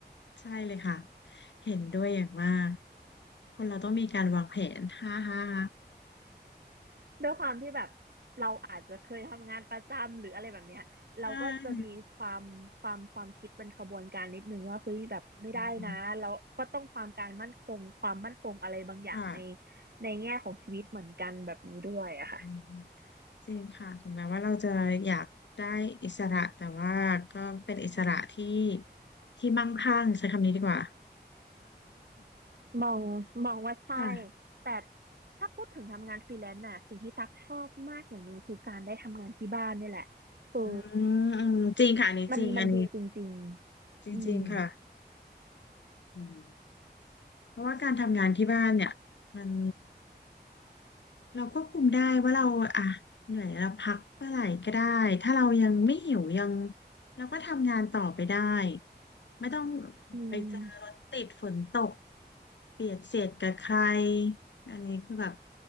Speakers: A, on the left; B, on the right.
A: ใช่เลยค่ะเห็นด้วยอย่างมากคนเราต้องมีการวางแผนฮ่าฮ่าฮ่า
B: ด้วยความที่แบบเราอาจจะเคยทำงานประจำหรืออะไรแบบเนี้ยเราก็จะมีความความความคิดเป็นขบวนการนิดนึงว่าเฮ้ยแบบไม่ได้นะเราก็ต้องความการมั่นคงความมั่นคงอะไรบางอย่างใน
A: ใช่อืมค่ะ
B: ในแง่ของชีวิตเหมือนกันแบบนี้ด้วยอะค่ะ
A: อืมจริงค่ะถึงแม้ว่าเราจะอยากได้อิสระแต่ว่าก็เป็นอิสระที่ที่มั่งคั่งใช้คำนี้ดีกว่า
B: มองมองว่าใช่
A: <laughs> ค่ะ
B: แต่ถ้าพูดถึงทำงานฟรีแลนซ์น่ะสิ่งที่ตักชอบมากอย่างหนึ่งคือการได้ทำงานที่บ้านเนี่ยแหละคือ
A: อืมอืมจริงค่ะอันนี้จริงอันนี้
B: มันมันดีจริงๆอืม
A: จริงๆค่ะอืมเพราะว่าการทำงานที่บ้านเนี่ยมัน เราควบคุมได้ว่าเราอ่ะเหนื่อยเราพักเมื่อไหร่ก็ได้ถ้าเรายังไม่หิวยังเราก็ทำงานต่อไปได้ไม่ต้อง
B: อืม
A: ไปเจอรถติดฝนตกเบียดเสียดกับใครอันนี้คือแบบ